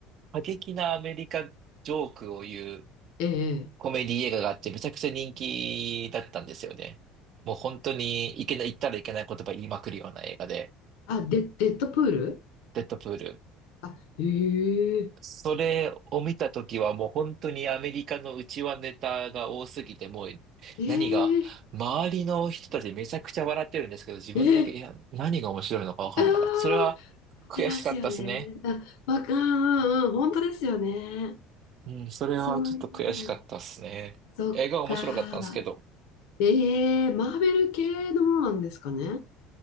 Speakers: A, on the right; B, on the left.
A: 過激なアメリカジョークを言う
B: ええ
A: コメディ映画があって、めちゃくちゃ人気だったんですよね。もう本当にいけない、言ったらいけない言葉言いまくるような映画で、
B: あ、デ、デッドプール
A: デッドプール。
B: あ、えー、
A: それを見たときはもう本当にアメリカの内輪ネタが多すぎて、もう
B: えー、
A: 何が、周りの人たちめちゃくちゃ笑ってるんですけど、自分だけ、
B: えー、
A: いや、何が面白いのかわかんなかった。
B: ああー
A: それは悔しかったですね。
B: ありますよね。あ、わかん、うんうん、本当ですよね。
A: うん、それはちょっと悔しかったですね。
B: そういうの。そっか。
A: 映画は面白かったんですけど、
B: ええーマーベル系のものなんですかね。